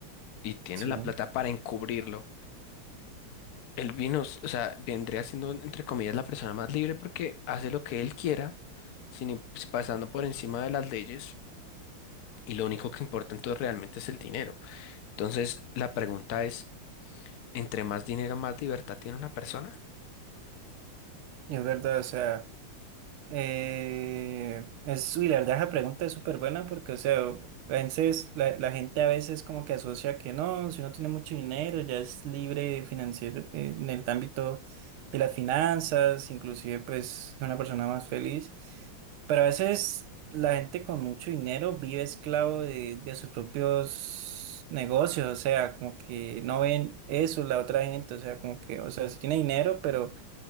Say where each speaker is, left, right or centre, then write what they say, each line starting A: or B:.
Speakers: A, on the left (about 60°); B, on the right (about 85°).
A: y tiene
B: Sí.
A: la plata para encubrirlo, el vino, s- o sea, vendría siendo, entre comillas, la persona más libre porque hace lo que él quiera, sin im- pues, pasando por encima de las leyes, y lo único que importa entonces realmente es el dinero. Entonces, la pregunta es, ¿entre más dinero, más libertad tiene una persona?
B: Es verdad, o sea, eh, es, y la verdad esa pregunta es súper buena porque, o sea, a veces la, la gente a veces como que asocia que no, si uno tiene mucho dinero ya es libre financiero eh, en el ámbito de las finanzas, inclusive pues es una persona más feliz, pero a veces la gente con mucho dinero vive esclavo de, de sus propios negocios, o sea, como que no ven eso la otra gente, o sea, como que, o sea, si tiene dinero, pero